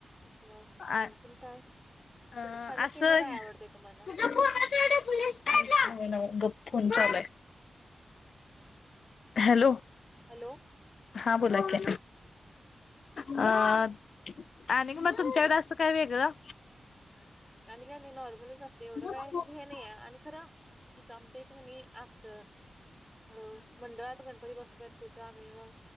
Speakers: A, in the centre; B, on the left.
A: नग
B: आ
A: आणखीन काय?
B: अ
A: खाणं
B: असं
A: पिन काय आवडतंय तुमाला?
B: <unintelligible> गप फोन चालू हाय. हॅलो,
A: हॅलो
B: हा बोला की. अ आणिक मग तुमच्याकडे असं काय वेगळं?
A: आणि काय नाही नॉर्मलच असते एवढं
B: हा
A: काय म्हणजे हे नाही. आणि खरं इथं आमच्या इथं की नही असं हो. मंडळात गणपती बसतात तिथं आम्ही मग